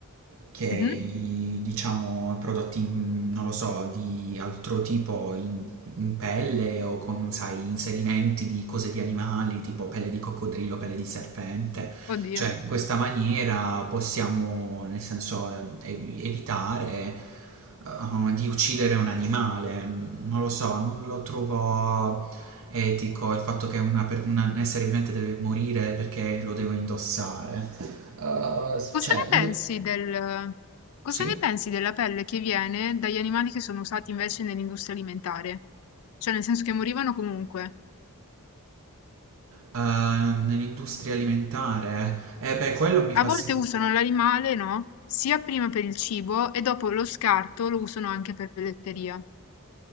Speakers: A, on the right (about 65°); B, on the left (about 70°).
A: che
B: Mhm.
A: i, diciamo prodotti, in- non lo so, di altro tipo in, in pelle o con, sai, inserimenti di cose di animali, tipo pelle di coccodrillo, pelle di serpente.
B: Oddio.
A: Cioè, in questa maniera possiamo, nel senso, eh, ev- evitare eh, di uccidere un animale. Non lo so, non lo trovo etico il fatto che una per- una- un essere vivente deve morire perché lo devo indossare. Eh,
B: Cosa
A: cioè,
B: ne
A: io
B: pensi del- cosa
A: sì,
B: ne pensi della pelle che viene dagli animali che sono usati invece nell'industria alimentare? Cioè, nel senso che morivano comunque.
A: Eh, nell'industria alimentare, eh beh, quello mi fa
B: A volte
A: sentire.
B: usano l'animale, no? Sia prima per il cibo e dopo lo scarto lo usano anche per pelletteria.